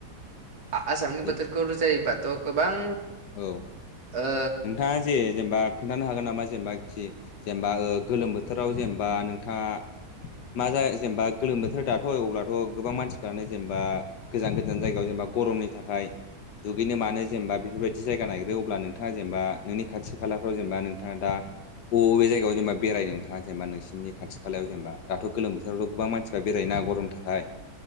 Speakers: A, on the right; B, on the left.
A: आ-आसामनि
B: जे
A: बोथोरखौ रुजुयोबाथ' गोबां
B: औ
A: ओ
B: नोंथाङा जे जेनेबा खोन्थानो हागोन नामा जेनेबााखि जेनेबा ओ गोलोम बोथोराव जेनेबा नोंथाङा मा जा जेनेबा गोलोम बोथोर दाथ' अब्लाथ' गोबां मानसिफोरानो जेनेबा गोजान गोजान जायगायाव जेनेबा गरमनि थाखाय दुगैनो मानो जेनेबा बेफोरबायदि जायगा नागिरो अब्ला नों नोंथाङा जेनेबा नोंनि खाथि खालाफ्राव जेनेबा नोंथाङा दा बबे बबे जायगायाव जेनेबा बेरायो नोंथाङा जेनेबा नोंसिनि खाथि खालायाव जेनेबा दाथ' गोलोम बोथोरावथ' गोबां मानसिया बेरायोना गरमनि थाखाय